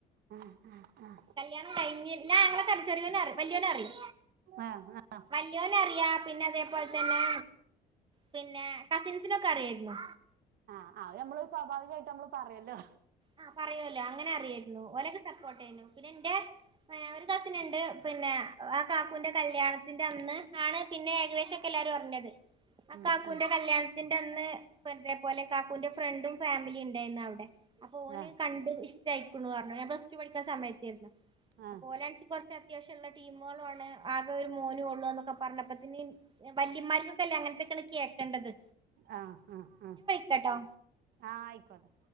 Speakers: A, on the right (about 70°); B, on the right (about 30°).
A: ഉം ആഹ് ആഹ്
B: കല്യാണം കഴിഞ്ഞി ല്ലാ ആങ്ങളക്കറിയാ ചെറിയോന് അറിം വല്യവന് അറിം
A: ആഹ് ആഹ്
B: വല്ല്യോനറിയാ പിന്നെ അതേപോൽതന്നെ പിന്നെ കസിൻസിനൊക്കെ അറിയാരുന്നു
A: ആഹ് അത് നമ്മള് സ്വാഭാവികായ്ട്ടും നമ്മള് പറയുവല്ലോ
B: ആഹ് പറയൂല്ലോ അങ്ങനെ അറിയായിരുന്നു ഓരൊക്കെ സപ്പോർട്ട് ആയിരുന്നു പിന്നെ എന്റെ എഹ് ഒരു കസിന്ണ്ട് പിന്നെ ആഹ് കാക്കുന്റെ കല്യാണത്തിന്റെ അന്ന് ആണ് പിന്നെ ഏകദേശം ഒക്കെ എല്ലാരും അറിഞ്ഞത് ആ
A: ഉം
B: കാക്കൂന്റെ
A: ഉം
B: കല്യാണത്തിന്റെ അന്ന് ഇപ്പൊ ഇതേപോലെ കാക്കൂന്റെ ഫ്രണ്ടും ഫാമിലി ണ്ടായിന്നു അവിടെ അപ്പൊ ഓന്
A: ആഹ്
B: കണ്ട ഇഷ്ടയിക്കുണു പറഞ്ഞു ഞാൻ പ്ലസ് ടു പഠിക്കുന്ന സമയത്തായിരുന്നു
A: ആഹ്
B: അപോലാൻസി കുറച്ച് അത്യാവശ്യള്ള ടീമുകളു ആണ് ആകെ ഒരു മോനു ഉള്ളൂ എന്നൊക്കെ പറഞ്ഞപ്പത്ത് ന് വല്യമാർക്കൊക്കെല്ലേ അങ്ങൻത്തൊക്കെട് കേക്കേണ്ടത്
A: ആഹ് ആഹ് ആഹ്
B: കേട്ടോ
A: ആഹ് ആയിക്കോട്ടെ